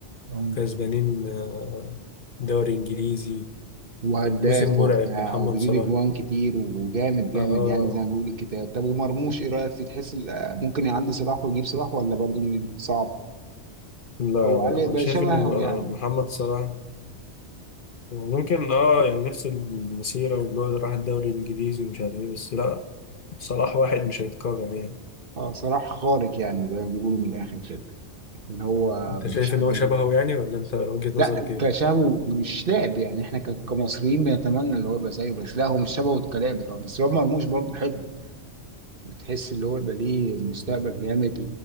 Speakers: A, on the right; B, on the left.
A: مم.
B: كسبانين آه، دوري انجليزي
A: وهداف
B: كان موسم مرعب
A: وبتاع
B: لمحمد
A: وبيجيب
B: صلاح
A: اجوان كتير وجامد جامد
B: اه
A: يعني زي ما بيقول الكتاب طب ومرموش ايه رايك فيه تحس ال- ممكن يعدي صلاح ويجيب صلاح ولا برضه صعب
B: لا
A: او
B: لا
A: علي
B: انا
A: بقى
B: شايف
A: شبهه
B: ان م-
A: يعني
B: محمد صلاح ممكن اه يعني نفس المسيرة واللي هو راح الدوري الإنجليزي ومش عارف ايه بس لا صلاح واحد مش هيتكرر يعني
A: اه صلاح خارق يعني زي ما بيقولوا من الاخر كده اللي هو
B: انت
A: مفيش
B: شايف
A: حد
B: ان هو شبهه يعني ولا انت وجهة
A: لا
B: نظرك ايه؟
A: كشبه مش لاعب يعني احنا ك- كمصريين بنتمنى اللي هو يبقى زيه بس لا هو مش شبهه كلاعب طبعا بس رياض مرموش برضه حلو وتحس اللي هو يبقى ليه مستقبل جامد